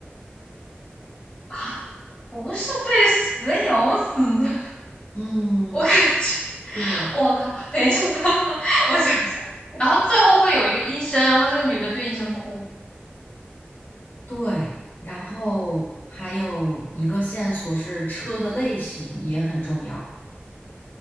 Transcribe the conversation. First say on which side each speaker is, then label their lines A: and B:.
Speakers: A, on the left; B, on the left.
A: 啊，不是被蛇咬死的，
B: 嗯，
A: 我感觉
B: 对。
A: 我靠，等一下，<laughs> 我想一下，然后最后会有一个医生，然后这个女的对医生哭。
B: 对，然后还有一个线索是车的类型也很重要，